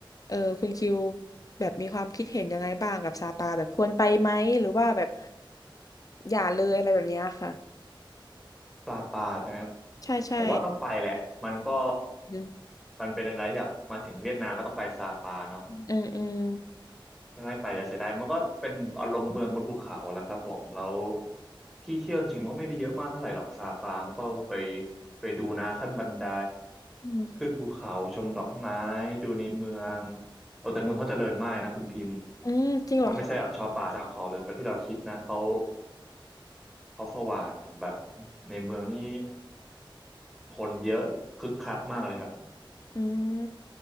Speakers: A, on the left (about 40°); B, in the centre.
A: เออคุณคิวแบบมีความคิดเห็นยังไงบ้างกับซาปาแบบควรไปไหมหรือว่าแบบอย่าเลยอะไรแบบเนี้ยค่ะ
B: ปลาปลาใช่ไหมครับ
A: ใช่ใช่
B: ผมว่าต้องไปแหละมันก็
A: อืม
B: มันเป็นอะไรที่แบบมาถึงเวียดนามก็ต้องไปซาปาเนาะ
A: อืมอืม
B: ไม่ไปจะเสียดายมันก็เป็นอารมณ์เมืองบนภูเขาแล้วครับผมแล้วที่เที่ยวจริงมันก็ไม่ได้เยอะมากเท่าไหร่หรอกซาปามันก็ไปไปดูนาขั้นบันได
A: อืม
B: ขึ้นภูเขาชมดอกไม้ดูในเมืองเออแต่เมืองเขาเจริญมากนะคุณพิมพ์
A: อืมจริงเหรอคะ
B: เขาไม่ใช่แบบชาวป่าชาวเขาแบบแบบที่เราคิดนะเขาเขาสว่างแบบในเมืองนี่คนเยอะคึกคักมากเลยครับ
A: อืม